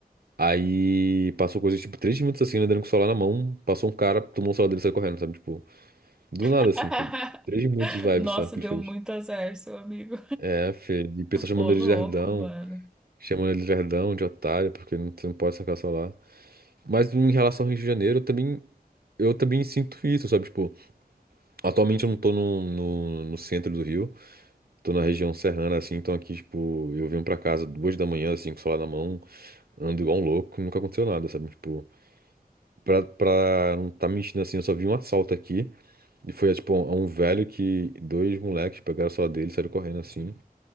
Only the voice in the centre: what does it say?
<laughs>
Nossa,
deu
muito azar, seu amigo.
Ô, louco,
mano.